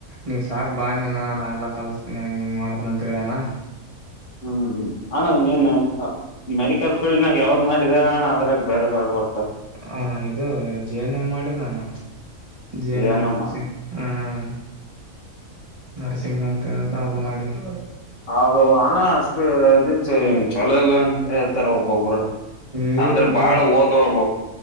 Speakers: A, on the right; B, on the left.
A: ನೀ ಸಾಕಕ್ ಬಾ ನಿ ಹಾ ನಾ ಎಲ್ಲಾ ಕಲ್ಸ್ತೀನಿ ಹಂಗ್ ನೀ ಮಾಡತ ಅಂತ ಹೇಳನಾ
B: ಹ್ಮ್ ಹಣ ನೀಏನ್ ಮೆಡಿಕಲ್ ಫೀಲ್ಡ್ನಾಗ ಯಾವ್ದ್ ಮಾಡಿದ ಅಣ ಅದ್ರಾಗ ಬೇರೆ ಬೇರೆ ಬರ್ತ
A: ಹ ಇದು ಜಿ ಎನ್ ಎ ಮಾಡಿ ನಾನು ಜಿ ಎನ್
B: ಏನಮ್ಮ
A: ಎಮ ನರಸಿಂಗ್ ಹ್ಮ್ ನರಸಿಂಗ ಅಂತ ಹೇಳಸ ಅದು ಮಾಡಿನಿ
B: ಹೌದು ಹಣ ಅಷ್ಟೇ ಚಲೋ ಇಲ್ಲ ಹೇಳ್ತಾರೆ ಒಬ್ಬೊಬ್ರು
A: ಏ
B: ಅಂದ್ರೆ ಬಾಳ್
A: ಇಲ್
B: ಓದ್ಬ